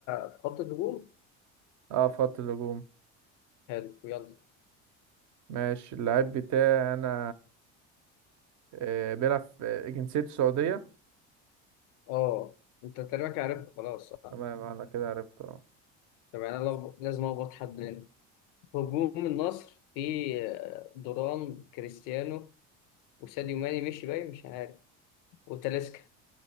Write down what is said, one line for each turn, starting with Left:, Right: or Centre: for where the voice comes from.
Left: في خط الهجوم
Right: اه في خط الهجوم
Left: حلو يلا
Right: ماشي اللاعب بتاعي انا آه بيلعب في جنسيته سعودية
Left: اه انت تقريبا عرفت خلاص صح
Right: تمام انا كده عرفته
Left: طب يعني انا لغ- لازم اخبط حد منه هجوم النصر في آه، دوران كريستيانو وساديو ماني مشي باين مش عارف وتاليسكا